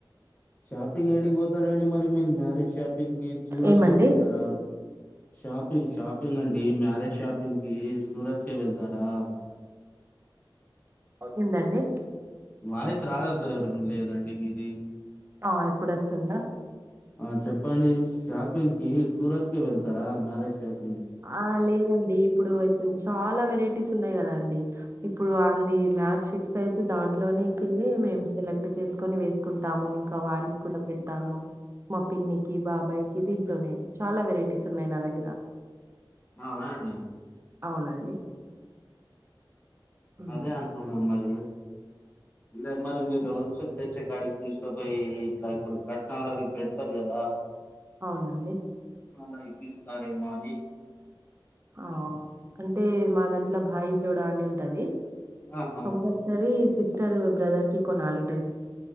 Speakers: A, on the left; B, on the right.
A: షాపింగ్ యాడికి పోతారండి మరి మీరు మ్యారేజ్ షాప్ పిగ్ కి సూరత్
B: ఏమండి
A: కి వెళ్తారా షాపింగ్ షాపింగ్ అండి మ్యారేజ్ షాపింగ్ ఏం సూరత్ కి వెళ్తారా
B: వచ్చిందా అండి
A: వాయిస్ రాడం లేదండి మీది
B: ఆ ఇప్పుడు వస్తుందా
A: ఆ చెప్పండి షాపింగ్ కి సూరత్ కి వెళ్తారా మ్యారేజ్ షాప్
B: ఆ లేదండి ఇప్పుడు అయితే చాలా వెరైటీస్ ఉన్నాయి కదా అండి ఇప్పుడు అంది మ్యాచ్ ఫిక్స్ అయితే దాంట్లోనేకెలీ మేము సెలెక్ట్ చేసుకొని వేస్ కుంటాము ఇంక వానికి కూడ పెడతాను మా పిన్ని కీ బాబాయ్ కి దీంట్లోనే చాలా వెరైటీస్ ఉన్నాయి నా దగ్గర
A: అవునా అండి
B: అవునండి ఉమ్
A: అదే అంటున్నా మరి లేద మరి మీరు హోల్సేల్ తెచ్చే కాడికి తీసుకపోయి ఇట్ల ఇప్పుడు కట్నాలు అవి పెడతారు కదా
B: అవునండి
A: అక్కడ ఇప్పిస్తారేమో అని
B: ఆ అంటే మా దాంట్లో భాయి జోడా అని ఉంటది
A: ఆహా
B: కంపల్సరీ సరి సిస్టర్ బ్రదర్ కి కొనాలి డ్రెస్